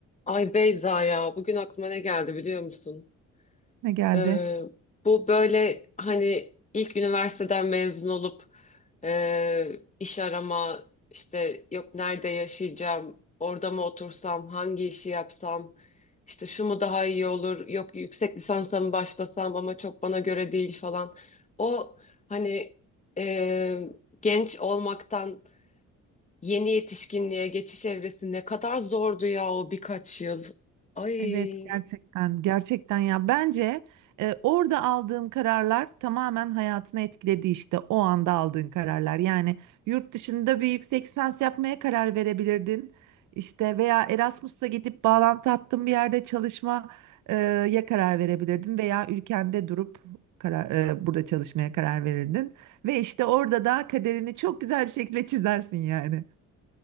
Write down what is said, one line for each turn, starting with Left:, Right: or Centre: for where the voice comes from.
Left: Ay Beyza ya bugün aklıma ne geldi biliyor musun?
Right: Ne geldi?
Left: Ee, bu böyle hani ilk üniversiteden mezun olup e, iş arama işte yok nerede yaşayacağım orada mı otursam hangi işi yapsam işte şu mu daha iyi olur yok yüksek lisansa mı başlasam ama çok bana göre değil falan. O hani e, genç olmaktan Yeni yetişkinliğe geçiş evresi ne kadar zordu ya o birkaç yıl. Ay
Right: Evet gerçekten gerçekten ya bence e, orada aldığın kararlar tamamen hayatını etkiledi işte o anda aldığın kararlar. Yani yurt dışında bir yüksek lisans yapmaya karar verebilirdin. işte veya Erasmus'a gidip bağlantı hattın bir yerde çalışmaya karar verebilirdin veya ülkende durup karar, e, burada çalışmaya karar verirdin. Ve işte orada da kaderini çok güzel bir şekilde çizersin yani.